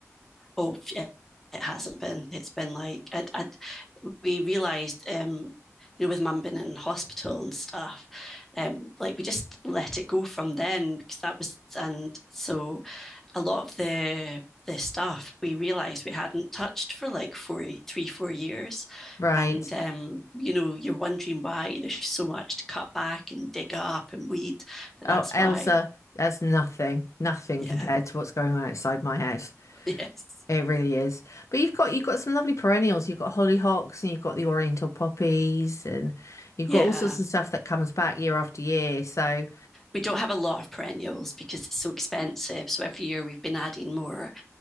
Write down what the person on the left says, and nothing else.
Right.
Oh,
Elsa,
that's nothing, nothing
compared to what's going on outside my house.
It really is. But you've got you've got some lovely perennials. You've got hollyhocks and you've got the oriental poppies and you've
got all sorts of stuff that comes back year after year. So,